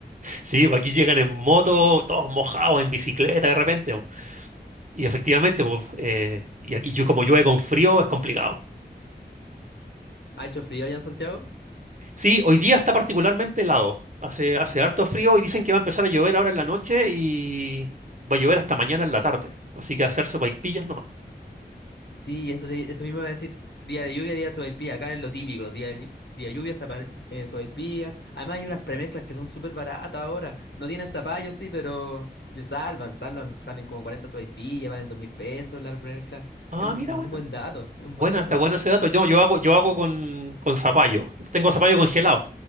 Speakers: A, on the right (about 45°); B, on the left (about 80°).
A: sí, po, aquí llegan en moto, todos mojados, en bicicleta de repente. Y efectivamente, pues, eh, y, aquí- yo- como llueve con frío, es complicado.
B: ¿Ha hecho frío allá en Santiago?
A: Sí, hoy día está particularmente helado. Hace, hace harto frío y dicen que va a empezar a llover ahora en la noche y va a llover hasta mañana en la tarde. Así que hacer sopaipillas nomás.
B: Sí, eso, te- eso mismo iba a decir. Día de lluvia, día de sopaipilla. Acá es lo típico. Día de, llu- día de lluvia, zapa, eh, sopaipilla. Además, hay unas premezclas que son súper baratas ahora. No tienen zapallo, sí, pero ya salvan, salvan. Salen como 40 sopaipillas, valen dos mil pesos la premezcla.
A: Ah,
B: Es un,
A: mira,
B: un
A: bueno.
B: buen dato, es un
A: Buena,
B: buen dato.
A: está bueno ese dato. Yo, yo hago, yo hago con, con zapallo. Tengo zapallo congelado.